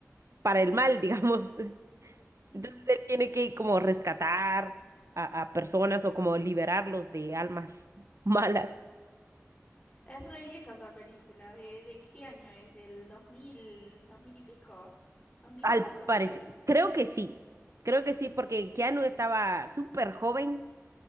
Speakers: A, on the right (about 65°); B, on the left (about 20°).
A: para el mal, digamos.
B: Mm.
A: Entonces él tiene que como rescatar a, a personas o como liberarlos de almas <laughs> malas.
B: Es re vieja esa película. ¿De, de qué año es? ¿Del 2000, 2000 y pico? ¿2004
A: Al parecer,
B: por ahí?
A: creo que sí, creo que sí, porque Keanu estaba súper joven,